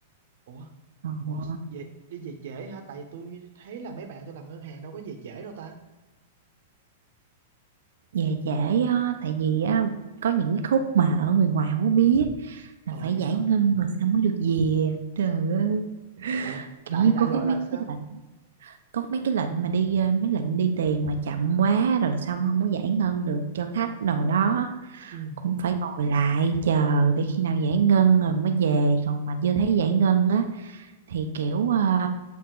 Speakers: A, on the right; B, on the right.
A: Ủa?
B: Ờ,
A: Ủa? Về, đi về trễ hả? Tại vì tôi thấy là mấy bạn tôi làm ngân hàng đâu có về trễ đâu ta.
B: về trễ á, tại vì á, có những cái khúc mà ở người ngoài không có biết là
A: Ờ
B: phải
A: vậy
B: giải
A: hả?
B: ngân rồi sao mới được về. Trời ơi,
A: Ủa? Đại
B: kiểu như
A: đại
B: có cái
A: loại
B: mấy
A: là sao?
B: cái lệnh có mấy cái lệnh mà đi ờ, mấy lệnh đi tiền mà chậm quá rồi xong không có giải ngân được cho khách đồ đó
A: Ừ.
B: cũng phải ngồi lại chờ để khi nào giải ngân rồi mới về còn mà chưa thấy giải ngân á thì kiểu ờ,